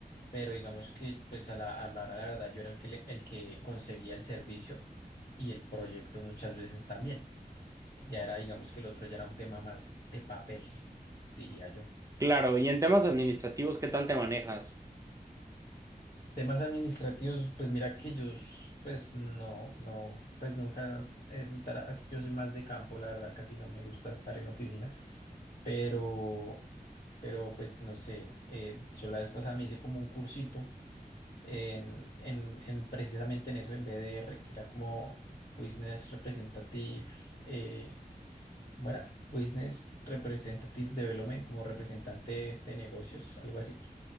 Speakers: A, on the left; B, on the right.
A: Pero digamos que pues a la, a la hora, la verdad, yo era el que, le- el que conseguía el servicio y el proyecto muchas veces también. Ya era, digamos que el otro ya era un tema más de papel, diría yo.
B: Claro, y en temas administrativos, ¿qué tal te manejas?
A: Temas administrativos, pues mira que yo, s- pues no, no, pues nunca, eh, me tara- yo soy más de campo, la verdad, casi no me gusta estar en oficina, pero, pero pues no sé, eh, yo la vez pasada me hice como un cursito en, en, en precisamente en eso, en BDR, que era como Business Representative, eh, ¿cómo era? Business Representative Development, como representante de negocios, algo así